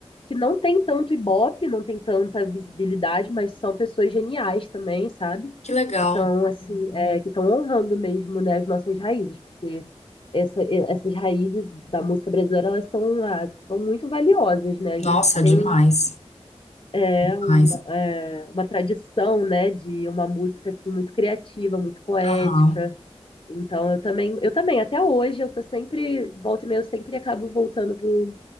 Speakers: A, on the left; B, on the left.
A: que não tem tanto ibope, não tem tanta visibilidade, mas são pessoas geniais também, sabe?
B: Que legal.
A: Que estão, assim, é, que estão honrando mesmo, né, as nossas raízes, porque essa- e- essas raízes da música brasileira, elas são, ah, são muito valiosas, né? A
B: Nossa,
A: gente tem
B: demais.
A: é,
B: Demais.
A: um- é, uma tradição, né, de uma música, assim, muito criativa, muito poética,
B: Aham.
A: então eu também, eu também, até hoje eu tô sempre, volta e meia, eu sempre acabo voltando pro,